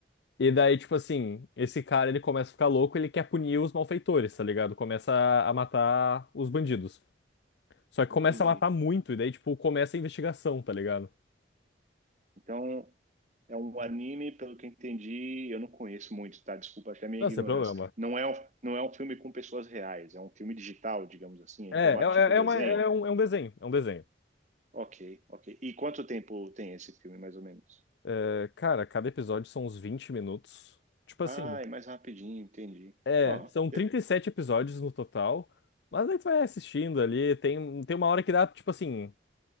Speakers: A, on the left; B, on the right.
A: E daí, tipo assim, esse cara ele começa a ficar louco, ele quer punir os malfeitores, tá ligado? Começa a a matar os bandidos. Só que
B: entendi.
A: começa a matar muito, e daí, tipo, começa a investigação, tá ligado?
B: Então, é um anime, pelo que eu entendi, eu não conheço muito, tá? Desculpa até a minha
A: não
B: ignorância.
A: é problema.
B: Não é um, não é um filme com pessoas reais, é um filme digital, digamos assim, em
A: É,
B: formato
A: é,
B: tipo desenho.
A: é, é uma- é um, é um desenho, é um desenho.
B: Ok, ok. E quanto tempo tem esse filme, mais ou menos?
A: É, cara, cada episódio são uns 20 minutos. Tipo assim,
B: Ah, é mais rapidinho, entendi.
A: é,
B: Ó,
A: são 37
B: ok.
A: episódios no total. Mas aí tu vai assistindo ali, tem, tem uma hora que dá, tipo assim,